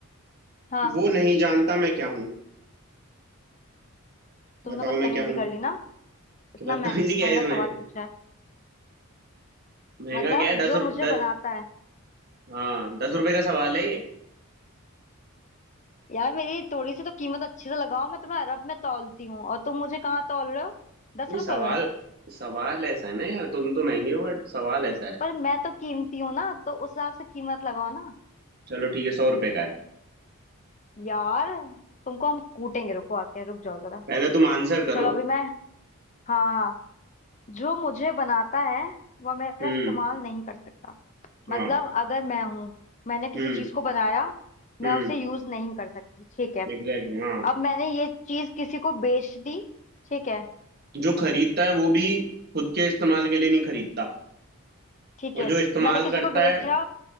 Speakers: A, on the left; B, on the right.
A: हाँ
B: वो नहीं जानता मैं क्या हूँ बताओ
A: तुमने बदतमीजी
B: मैं क्या हूँ
A: कर ली ना
B: कि
A: इतना
B: बदतमीजी
A: मह-
B: क्या
A: महंगा
B: है इसमें
A: सवाल पूछा है
B: महंगा
A: मतलब
B: क्या है दस
A: जो मुझे
B: रु दस
A: बनाता है
B: हाँ दस रुपए का सवाल है ये
A: यार मेरी थोड़ी सी तो कीमत अच्छे से लगाओ मैं तुम्हें अरब में तौलती हूँ और तुम मुझे कहाँ तौल रहे हो दस
B: नहीं
A: रुपए
B: सवाल
A: में
B: सवाल ऐसा है ना यार तुम तो महंगे हो बट सवाल ऐसा है
A: पर मैं तो कीमती हूँ ना तो उस हिसाब से कीमत लगाओ ना
B: चलो ठीक है सौ रुपए का है
A: यार तुमको हम कूटेंगे रुको आके रुक जाओ जरा
B: पहले तुम आंसर करो
A: चलो अभी मैं हाँ हाँ जो मुझे बनाता है वह मेरा
B: हम्म
A: इस्तेमाल नहीं कर सकता
B: हाँ
A: मतलब अगर मैं हूं मैंने किसी
B: हम्म
A: चीज को बनाया मैं
B: हम्म
A: उसे यूज नहीं कर सकती ठीक है
B: एग्जैक्टली exactly, हाँ
A: अब मैंने ये चीज किसी को बेच दी ठीक है
B: जो खरीदता है वो भी खुद के इस्तेमाल के लिए नहीं खरीदता
A: ठीक
B: और
A: है
B: जो इस्तेमाल
A: मैंने किसी
B: करता
A: को बेचा
B: है